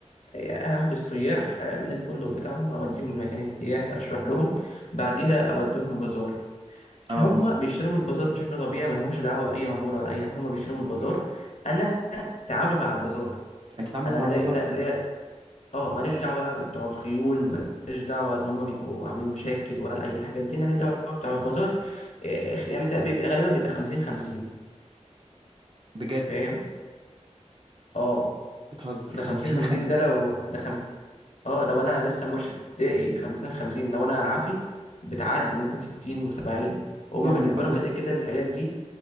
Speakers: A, on the left; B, on the right.
A: آه، هاخد السياح آه، من الفندق بتاعهم اوديهم المكان السياحي اشرح لهم بعديها اوديهم بازار
B: أه
A: هم بيشتروا من البازار بشكل طبيعي ما لهمش دعوه باي عموله ولا اي هم بيشتروا من البازار انا تعاملي مع البازار
B: أنت تعاملك
A: انا لدي
B: مع البازار
A: لا- ليا اه ماليش دعوه بقى بتوع الخيول ماليش دعوه ان هم بيبقوا عاملين مشاكل ولا اي حاجه دي انا ليا دعوه بتوع البازار آه، يعني تق- بيبقى غالبا بيبقى 50 50
B: بجد
A: فاهم اه
B: بتهزر
A: ده
B: 50
A: 50 50
B: 50
A: ده لو ده خمس اه لو انا لسه مرشد ابتدائي 50 50 لو انا عافي بتعدي ممكن 60 و70 وهم
B: يا
A: بالنسبه
B: نهار أبيض
A: لهم كده كده الحاجات دي